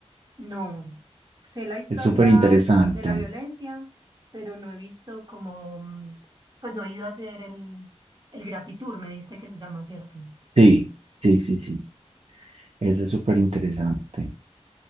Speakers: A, on the right; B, on the right.
A: No, sé la historia
B: Es súper interesante.
A: de la violencia, pero no he visto como, mm, pues no he ido a hacer el, el Grafitour, me diste que se llama, ¿cierto?
B: Sí, sí, sí, sí. Ese es súper interesante.